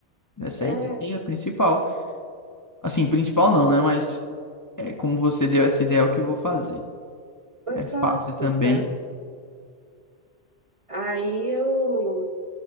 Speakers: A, on the left; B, on the right.
A: Essa
B: É,
A: aí é a principal. Assim, principal não, né? Mas É, como você deu essa ideia, é o que eu vou fazer.
B: foi
A: É
B: fácil,
A: fácil também.
B: tá? Aí eu,